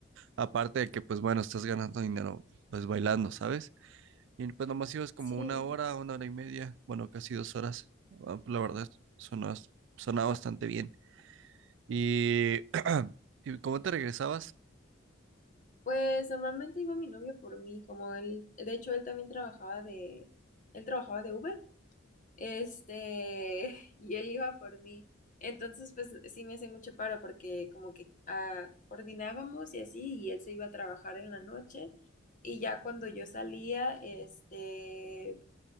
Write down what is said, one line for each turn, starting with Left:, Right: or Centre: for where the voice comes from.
Right: Aparte de que pues bueno, estás ganando dinero pues bailando, ¿sabes? Y pues nomás ibas como
Left: Sí,
Right: una
Left: no,
Right: hora, una hora y media, bueno, casi dos horas. Ah, pues, La verdad, sonó, sonaba bastante bien. Y, <clears throat> ¿y cómo te regresabas?
Left: pues normalmente iba mi novio por mí, como él, de hecho él también trabajaba de, él trabajaba de Uber, este, <laughs> y él iba por mí. Entonces, pues sí me hacía mucho paro porque como que ah, coordinábamos y así, y él se iba a trabajar en la noche. Y ya cuando yo salía, este,